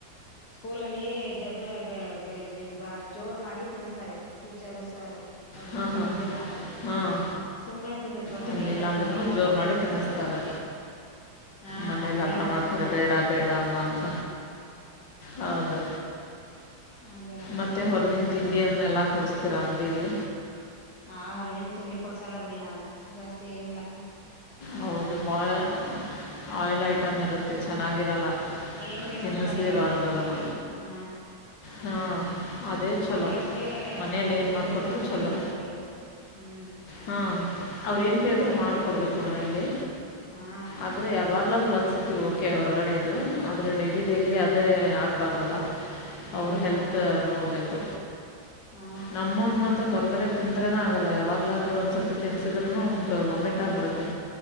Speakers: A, on the left; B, on the left.
A: ಸ್ಕೂಲಲ್ಲಿ. ಜಬ ಜೋರ್ ಮಾಡಿ ತಿನ್ಸ್ತಾರೆ ಟೀಚರು ಸರ್. ಅವ್ರಗೆ
B: ಹಾಂ ಹಾಂ
A: ತಿನ್ಲಿಲ್ಲ ಅಂದ್ರೆ.
B: ಹಾಂ
A: ಸುಮ್ಮನೆ ತಿಂದು ಬರ್ತಾರ
B: ತಿನ್ನಲಿಲ್ಲ
A: ಇಲ್ಲ
B: ಅಂದ್ರೂ
A: ಮನೆಲ್ಲಾದ್ರೆ
B: ಜೋರು ಮಾಡಿ
A: ಏನು
B: ತಿನ್ನಿಸ್ತಾರೆ
A: ತಿನ್ನಲ್ಲ ಹಾ
B: ಮನೇಲಿ
A: ಮನೇಲಾದ್ರೆ
B: ಹಟ ಮಾಡ್ತಾರೆ
A: ತಿನ್ನಲ್ಲ
B: ಬೇಡ
A: ಅವರು
B: ಬೇಡ ಅಮ್ಮ ಅಂತ. ಹೌದು
A: ಹಂಗೆ ಆಗತ್ತದು
B: ಮತ್ತೆ ಹೊರಗಿನ ತಿಂಡಿಯನ್ನೆಲ್ಲಾ ಕುಡಸ್ತೀರ ಅಂಗಡಿಲಿ.
A: ಹಾ ಹೊರಗಿನ ತಿಂಡಿ ಕೊಡ್ಸಲ ಬಿಡಿ ನಾವು ಜಾಸ್ತಿ ಏನಿಲ್ಲಾ.
B: ಹೌದು ಬಾಯ. ಆಯಿಲ್
A: ಹ್ಮ್
B: ಐಟಮ್ ಇರುತ್ತೆ ಚೆನ್ನಾಗಿರಲ್ಲ
A: ಏನ್ ಬೇಕಂದ್ರು
B: ತಿನ್ನಿಸಲೇಬಾರ್ದ
A: ಮನೆಯಲ್ಲೇ ಮಾಡ್ಕೊಡ್ತೀವಿ
B: ಅದನ್ನ
A: ಹಾ
B: ಹಾಂ ಅದೇ ಚಲೋ
A: ಮೊನ್ನೆ ಅಷ್ಟೇ
B: ಮನೇಲಿ
A: ಪಾನಿಪುರಿ
B: ಏನು ಮಾಡ್ಕೊಟ್ರು
A: ಕೇಳಿದ್ರು ಮನೆಯಲ್ಲೇ
B: ಚಲೋ
A: ಮಾಡಿದ್ದೆ ಹ್ಮ್
B: ಹಾ ಅವ್ರೇನ್ ಕೇಳಿದ್ರು
A: ಪಾನಿಪುರಿ
B: ಮಾಡ್ಕೊಡ್ಬೇಕು
A: ಕೇಳಿದ್ರು
B: ಕು ಮನೇಲಿ
A: ಹಾ
B: ಆದ್ರೆ ಯಾವಾಗ್ಲಾದ್ರೂ
A: ಅದೇ
B: ಒಂದ್ ಸತಿ ಓಕೆ ಹೊರಗಡೆದು ಆದ್ರೆ ಡೈಲಿ ಡೈಲಿ ಅದೇ
A: ಹಾ
B: ಆಗಬಾರ್ದಲ್ಲ
A: ಡೈಲಿ
B: ಅವ್ರ್ ಹೆಲ್ತ್
A: ಏನ್ ಮಾಡಲ್ಲ
B: ನೋಡ್ಬೇಕು
A: ಹಾ
B: ನಮ್ಮೋನ್ ಮಾತ್ರ ಹೊರಗಡೆ ತಿಂದ್ ದ್ರೇನೆ ಆಗಲ್ಲ ಯಾವಾಗಲಾದ್ರೂ ಒಂದ್ಸರ್ತಿ ತಿನ್ಸಿದ್ರೂನು ಅವ್ನಿಗ ವಾಮಿಟ್ ಆಗ್ಬಿಡುತ್ತೆ